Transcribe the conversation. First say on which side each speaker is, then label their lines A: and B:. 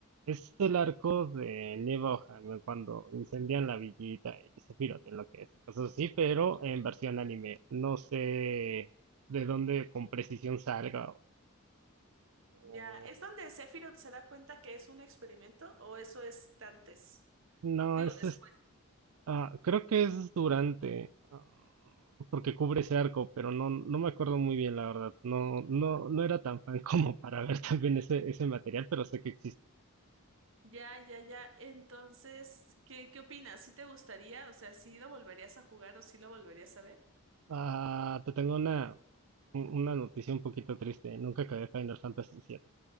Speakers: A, on the right (about 75°); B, on the right (about 60°).
A: es el arco de Neva O'Hara cuando incendian la villita y se pirote lo que es y cosas así, pero en versión anime. No sé de dónde con precisión salga. o-
B: ya,
A: o-
B: ¿es donde Sephiroth se da cuenta que es un experimento o eso es antes?
A: No,
B: Digo,
A: es
B: después.
A: Ah, creo que es durante, ah, porque cubre ese arco, pero no, no me acuerdo muy bien, la verdad. No, no, no era tan fan <laughs> como para ver también ese, ese material, pero sé que existe.
B: Ya, ya, ya. Entonces, ¿qué, qué opinas? ¿Sí te gustaría? O sea, ¿sí lo volverías a jugar o sí lo volverías a ver?
A: Ah, te tengo una, un- una noticia un poquito triste. Nunca acabé Final Fantasy VII,